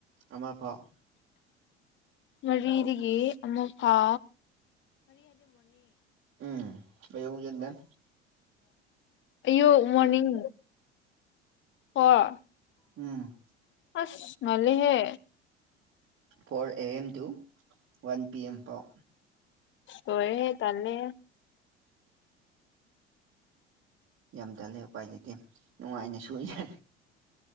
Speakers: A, on the right; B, on the left.
A: ꯑꯃ ꯐꯥꯎ
B: ꯃꯔꯤꯗꯒꯤ ꯑꯃꯐꯥ
A: ꯎꯝ ꯀ ꯎꯝꯉꯖ ꯅꯦꯟ
B: ꯌ ꯃꯅꯤꯡꯡ ꯍ
A: ꯎꯝ
B: ꯑꯁ ꯃꯜꯂꯤꯍꯦ
A: four A M to one P M ꯐꯥꯎ
B: ꯁꯣꯋ ꯍꯦ ꯇꯅꯦ
A: ꯌꯥꯝ ꯇꯜꯂꯦ ꯎꯄꯥꯏ ꯂꯩꯇꯦ ꯅꯨꯡꯉꯥꯏꯅꯁꯨꯣꯏꯖꯦ